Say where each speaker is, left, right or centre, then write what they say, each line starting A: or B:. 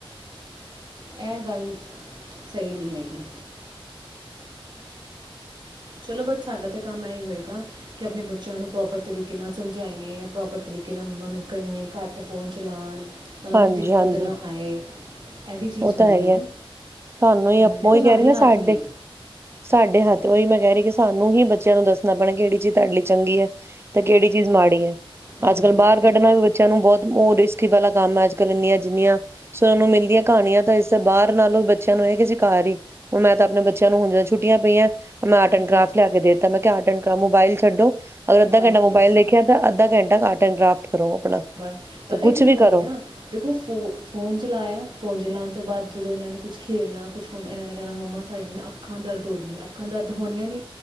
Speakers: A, on the right; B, on the right.
A: ਇਹ ਗੱਲ ਸਹੀ ਨਹੀਂ ਹੈਗੀ। ਚਲੋ ਬਟ ਸਾਡਾ ਤਾਂ ਕੰਮ ਇਹੀ ਹੋਏਗਾ ਕਿ, ਆਪਣੇ ਬੱਚਿਆਂ ਨੂੰ ਪ੍ਰੋਪਰ ਤਰੀਕੇ ਨਾਲ ਸਮਝਾਈਏ ਜਾਂ ਪ੍ਰੋਪਰ ਤਰੀਕੇ ਨਾਲ ਉਹਨਾਂ ਨੂੰ ਕਹੀਏ ਘੱਟ ਫੋਨ ਚਲਾਣ ਉਹਨਾਂ
B: ਹਾਂਜੀ
A: ਨੂੰ ਦਿੱਕਤ
B: ਹਾਂਜੀ
A: ਨਾ ਆਏ। ਇਹ ਵੀ ਚੀਜ਼
B: ਉਹ
A: ਹੁੰਦੀ
B: ਤਾਂ ਹੈ ਹੀ
A: ਨਾ
B: ਹੈ ਤੁਹਾਨੂੰ ਹੀ
A: ਹੂੰ
B: ਆਪਾਂ
A: ਦੇਖੋ
B: ਹੀ ਕਹਿ ਰਹੇ
A: ਹੱਥ
B: ਹਾ ਸਾਡੇ
A: ਹੀ ਹੈ
B: ਸਾਡੇ ਹੱਥ ਉਹੀ ਮੈਂ ਕਹਿ ਰਹੀ ਸਾਨੂੰ ਹੀ ਬੱਚਿਆਂ ਨੂੰ ਦੱਸਣਾ ਪੈਣਾ ਕਿਹੜੀ ਚੀਜ਼ ਤੁਹਾਡੇ ਲਈ ਚੰਗੀ ਹੈ। ਤੇ ਕਿਹੜੀ ਚੀਜ਼ ਮਾੜੀ ਹੈ,
A: ਹਾਂਜੀ
B: ਅੱਜ ਕੱਲ੍ਹ ਬਾਹਰ ਕੱਢਣਾ
A: ਦੇਖ
B: ਵੀ ਬੱਚਿਆਂ ਨੂੰ ਬਹੁਤ ਉਹ ਰਿਸਕੀ ਵਾਲਾ ਕੰਮ ਅੱਜ ਕੱਲ੍ਹ ਇੰਨੀਆਂ ਜਿੰਨੀਆਂ ਸੁਣਨ ਨੂੰ ਮਿਲਦੀਆਂ। ਕਹਾਣੀਆਂ ਤਾਂ ਇਸ ਬਾਹਰ ਨਾਲੋਂ ਬੱਚਿਆਂ ਨੂੰ ਇਹ ਕਿ ਅਸੀਂ ਘਰ ਹੀ, ਹੁਣ ਮੈਂ ਤਾਂ ਆਪਣੇ ਬੱਚਿਆਂ ਨੂੰ ਹੁਣ ਜ ਛੁੱਟੀਆਂ ਪਈਆਂ। ਮੈਂ ਆਰਟ ਐਂਡ
A: ਜੀ
B: ਕਰਾਫ ਲਿਆ ਕੇ ਦੇਤਾ ਮੈਂ ਕਿਹਾਂ ਮੋਬਾਇਲ ਛੱਡੋ, ਅਗਰ ਅੱਧਾ
A: ਬਸ
B: ਘੰਟਾ ਮੋਬਾਇਲ
A: ਬਸ
B: ਦੇਖਿਆ ਤਾਂ ਅੱਧਾ ਘੰਟਾ ਆਰਟ ਐਂਡ ਕਰਾਫਟ ਕਰੋ ਆਪਣਾ
A: ਬਸ ਪਤਾ
B: ਤਾਂ
A: ਕੀ
B: ਕੁਛ ਵੀ
A: ਗੱਲ
B: ਕਰੋ
A: ਆ ਦੇਖੋ ਫੋ ਫੋਨ ਚਲਾਇਆ। ਫੋਨ ਲਾਣ ਤੋਂ ਬਾਅਦ ਜਦੋਂ ਇਹਨਾਂ ਨੇ ਕੁਛ ਖੇਲਣਾ ਕੁਛ ਕਣਾ ਇਹਨਾਂ ਨੇ ਕਹਿਣਾ ਮੰਮਾ ਸਾਦੀ ਨਾ ਅੱਖਾਂ ਦਰਦ ਹੋਦੀਆਂ ਅੱਖਾਂ ਦਰਦ ਹੋਣੀਆਂ ਨੇ।